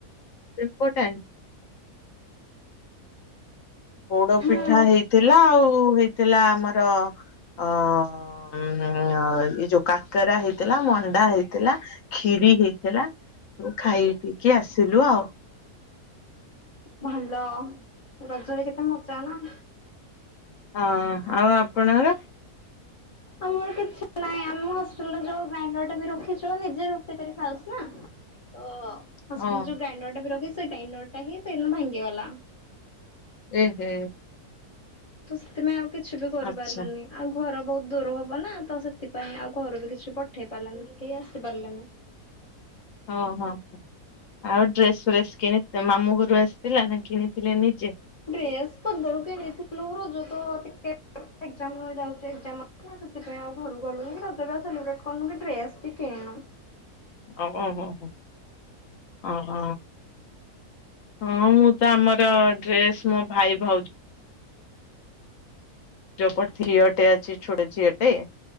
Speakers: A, on the left; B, on the left.
A: ଇମ୍ପୋର୍ଟାଣ୍ଟ୍ ପୋଡ଼ପିଠା
B: ପୋଡ
A: ହେଇଥିଲା ଆଉ ହେଇଥିଲା ଆମର ଅ ଅଁ ଏଇ ଯୋଉ କାକରା ହେଇଥିଲା ମଣ୍ଡା ହେଇଥିଲା। କ୍ଷୀରି ହେଇଥିଲା ସବୁ ଖାଇ ପିଇକି ଆସିଲୁ ଆଉ।
B: ଭଲ ରଜରେ କେତେ ମଜା ନାଁ?
A: ହଁ ଆଉ ଆପଣଙ୍କର?
B: ଆମର କିଛି ନାହିଁ ଆମ ହଷ୍ଟେଲ୍ ରେ ଯୋଉ ଗ୍ରାଇଣ୍ଡର୍ ଟା ବି ରଖିଛୁ ନିଜେ ରୋଷେଇ କରି ଖାଉଛୁ ନାଁ। ଓହୋ ହଷ୍ଟେଲ୍
A: ହଁ
B: ଯୋଉ ଗ୍ରାଇଣ୍ଡର୍ ଟା ବି ରଖିଚି ସେ ଗ୍ରାଇଣ୍ଡର୍ ଟା ହିଁ ସେଇ ଦିନ ଭାଙ୍ଗିଗଲା।
A: ଏହେ।
B: ତ ସେଥିପାଇଁ ଆଉ କିଛି ବି କରିପାରିଲୁନି।
A: ଆଚ୍ଛା
B: ଆଉ ଘର ବହୁତ ଦୂର ହବ ନାଁ ତ ସେଥିପାଇଁ ଆଉ ଘରୁ ବି କିଛି ପଠେଇ ପାରିଲାନି କି କେହି ଆସିପାରିଲେନି।
A: ହଁ ହଁ। ଆଉ ଡ୍ରେସ୍ ଫ୍ରେସ୍ କିଣି ମାମୁଁ ଘରୁ ଆସିଥିଲା ନାଁ କିଣିଥିଲେ ନିଜେ?
B: ଡ୍ରେସ୍ ପୂର୍ବରୁ କିଣିଥିଲୁ ରାଜ ତ ଟିକେ ଏଗ୍ଜାମ ନୁ ଏ ଯାଉଚୁ ଯାଉଚେ ଏଗ୍ଜାମ ଅଛି ନା ସେଥିପାଇଁ ଆଉ ଘରୁ ଗଲୁନୁ କି ରଜ ବି ଆଉ ସେଲିବ୍ରେଟ୍ କରିନୁ କି ଡ୍ରେସ୍ ବି କିଣିନୁ।
A: ଆଉ ଅହ ହ ଅହ ହଁ ମୁଁ ତ ଆମର ଡ୍ରେସ୍ ମୋ ଭାଇ ଭାଉ ଜ ପ ଠିଅଟେ ଅଛି ଛୋଟ ଝିଅଟେ